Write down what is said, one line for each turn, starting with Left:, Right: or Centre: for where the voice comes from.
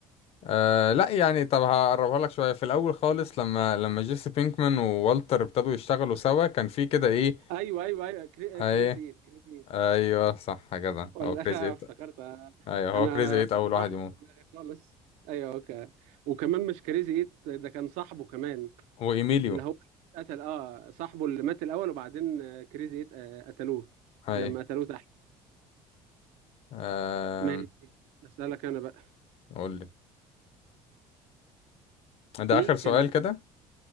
Left: آه لا يعني طب هقربها لك شوية في الأول خالص لما لما جيسي بينكمان ووالتر ابتدوا يشتغلوا سوا كان في كده ايه
Right: ايوه ايوه ايوه كري...
Left: ايه
Right: كريزي إيت، كريزي إيت.
Left: ايوه صح كده
Right: ولا
Left: هو كريزي ايت
Right: <laughs> افتكرت
Left: ايوه هو
Right: انا
Left: كريزي ايت أول واحد
Right: راح
Left: يموت
Right: من دماغي خالص ايوه اوكي وكمان مش كريزي ايت ده كان صاحبه كمان
Left: وإيميليو
Right: اللي هو قتل اه صاحبه اللي مات الاول وبعدين آه، كريزي ايت آه، قتلوه
Left: ايه
Right: لما قتلوه تحت
Left: آه
Right: ماشي اسالك انا بقى
Left: قول لي ده
Right: ايه
Left: اخر سؤال
Right: كان
Left: كده